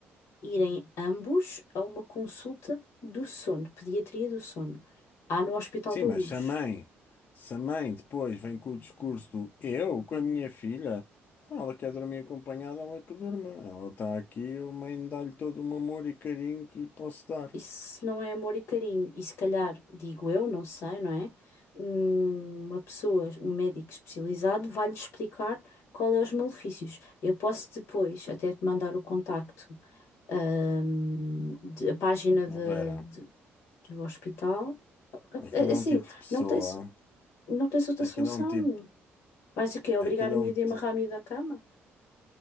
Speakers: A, on the left; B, on the left.
A: irem ambos a uma consulta do sono, pediatria do sono, há no Hospital
B: Sim,
A: da
B: mas
A: Luz.
B: se a mãe, se a mãe depois vem com o discurso do eu com a minha filha, então ela quer dormir acompanhada, ela que durma. Ela está aqui, a mãe dá-lhe todo o amor e carinho que lhe posso dar.
A: Isso não é amor e carinho. E se calhar, digo eu, não sei, não é? Um- Uma pessoa, um médico especializado, vai-lhe explicar qual é os malefícios. Eu posso depois até te mandar o contacto, ahm, de- a página de-
B: Ó Vera,
A: de- do hospital. A-
B: aquilo é
A: Assim,
B: um tipo de pessoa,
A: não tens, não tens outra
B: aquilo
A: solução.
B: é um tipo,
A: Vais o quê? Obrigar
B: aquilo
A: a
B: é
A: miúda
B: um, ti-
A: a amarrar a miúda à cama?